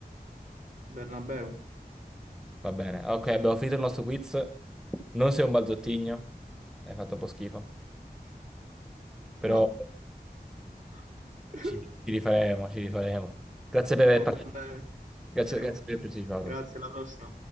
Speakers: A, on the right; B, in the centre.
A: Bernabeu.
B: Va bene. Ok, abbiamo finito il nostro quiz. Non sei un balzottino. Hai fatto un po' schifo. Però
A: Ma <laughs>
B: ci, ci rifaremo, ci rifaremo. Grazie per aver
A: vabbè,
B: partecipato.
A: ci
B: Grazie,
A: vedremo.
B: grazie per aver partecipato.
A: grazie, alla prossima.